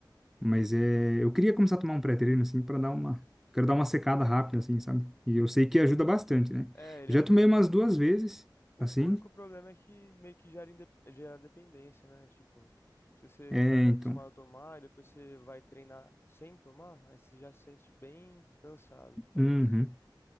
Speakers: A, in the centre; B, on the left.
A: Mas é, eu queria começar a tomar um pré-treino, assim, pra dar uma... Quero dar uma secada rápida, assim, sabe? E eu sei que ajuda bastante, né?
B: É, ele
A: Eu
B: ajuda,
A: já tomei umas
B: mano.
A: duas vezes,
B: O
A: assim,
B: o único problema é que meio que gera, inde- gera dependência, né? Tipo, se você
A: é,
B: é
A: então...
B: acostumado a tomar e depois você vai treinar sem tomar, aí você já se sente bem cansado, parece.
A: uhum.